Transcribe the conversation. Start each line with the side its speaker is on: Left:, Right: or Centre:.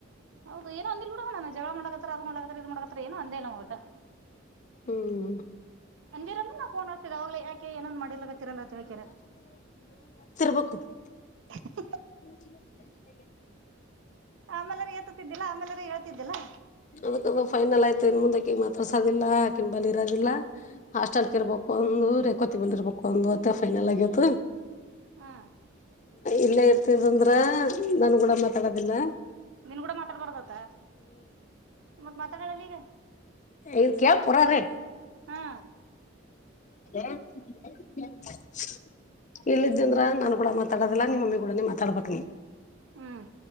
Right: ಹೌದು ಏನೋ ಅಂದಲ್ ಬಿಡುವಣ ನ ಜಗಳ ಮಾಡಕತ್ತ ಅದ್ ಮಾಡಕತ್ತ ಇದ್ ಮಾಡಕತ್ರ ಏೋ ಅಂದೇ ನ ಒಟು
Left: ಹ್ಮ್
Right: ಅಂದಿರಂದ ನಾ ಫೋನ್ ಆಗ್ತಿದೆ ಅವಾಗ್ಲ ಯಾಕೆ ಏನನ್ ಮಾಡಿಲ ಗತ್ತರಲ್ಲ ತಿಳ್ಕರ
Left: ಸಖು
Right: <unintelligible>
Left: <unintelligible>
Right: ಆಮೇಲೆರೂ ಎತ್ತತಿದ್ದಿಲ್ಲಾ ಆಮೇಲೆಾರ ಹೇಳ್ತಿದ್ದಿಲ್ಲಾ
Left: ಅದಕ್ಕದು ಫೈನಲ್ ಆಯ್ತು ಇನ್ ಮುಂದೆಕ್ಕೆ ಮಾತ್ರಸೋದಿಲ್ಲ ಕಿಂಬಲ್ಲಿ ಇರೋದಿಲ್ಲ ಹಾಸ್ಟೆಲ್ ಕ ಇರ್ಬ ಒಂದು ರ ಕೊತಿ ಬಲ್ಲಿ ಇರ್ಬೇಕು ಒಂದು ಅತ್ತ ಫೈನಲ್ ಆಗಿತ್ತು
Right: ಹ್ಮ್
Left: ಇಲ್ಲೇ ಇರ್ತಿದ್ದ ಅಂದ್ರ ನಾನು ಕೂಡ ಮಾತಾಡದಿಲ್ಲ
Right: ನಿನ್ ಕೂಡ ಮಾತಾಡಬಾರದತ್ತ ಮತ್ ಮಾತಾಡಲ್ಲ ಈಗ
Left: ಇ ಕೇಳ್ರೀ
Right: ಹಾ
Left: <unintelligible> ಇಲ್ಲ ಇದ ಅಂದ್ರ ನಾನನ್ ಕೂಡ ಮಾತಾಡದಿಲ್ಲಾ ನಿಮ್ಮ ಮಮ್ಮಿ ಕೂಡನೆ ಮಾತಾಡ್ಬೇಕಕ್ ನೀ
Right: ಹ್ಮ್